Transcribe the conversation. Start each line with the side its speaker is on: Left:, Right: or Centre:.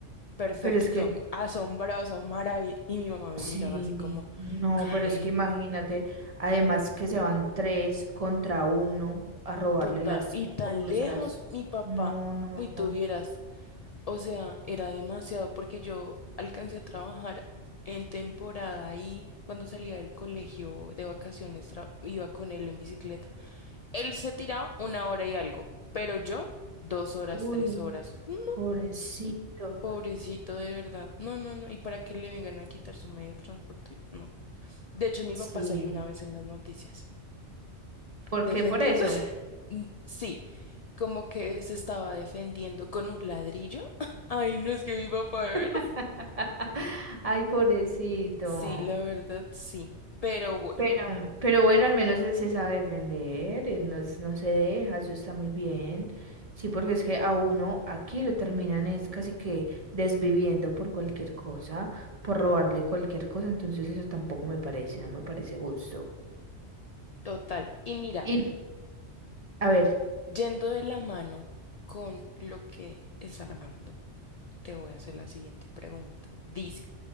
Left: perfecto,
Right: Pero es que...
Left: asombroso, maravilloso. Y mi mamá me
Right: Sí,
Left: miraba así como,
Right: no,
Left: Karen,
Right: pero es que imagínate, además que se van tres contra uno a robarle
Left: total,
Right: las
Left: y tan
Right: cosas.
Left: lejos mi papá,
Right: No, no,
Left: y tuvieras,
Right: no.
Left: o sea, era demasiado porque yo alcancé a trabajar en temporada y cuando salía del colegio de vacaciones tra- iba con él en bicicleta. Él se tiraba una hora y algo, pero yo dos horas,
Right: Uy,
Left: tres horas. No,
Right: pobrecito.
Left: pobrecito, de verdad. No, no, no. ¿Y para qué le vengan a quitar su medio de transporte? No. De hecho, mi
Right: Sí.
Left: papá salió una vez en las noticias
Right: ¿Por
Left: defendiéndose.
Right: qué por eso?
Left: <laughs> Mm, Sí, como que se estaba defendiendo con un ladrillo. <laughs> Ay, no es que mi papá, de verdad.
Right: <laughs> Ay, pobrecito.
Left: Sí, la verdad, sí. Pero bueno,
Right: Pero, pero bueno, al menos él se sabe defender, él no, s- no se deja, eso está muy bien. Sí, porque es que a uno aquí lo terminan es casi que desviviendo por cualquier cosa, por robarle cualquier cosa, entonces eso tampoco me parece, no me parece gusto.
Left: total. Y mira,
Right: Y, a ver,
Left: yendo de la mano con lo que está hablando, te voy a hacer la siguiente pregunta. Dice,